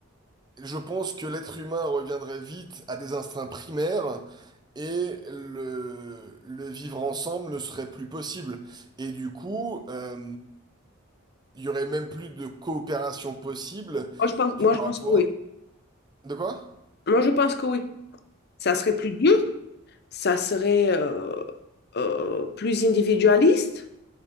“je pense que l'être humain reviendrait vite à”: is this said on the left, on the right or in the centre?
Right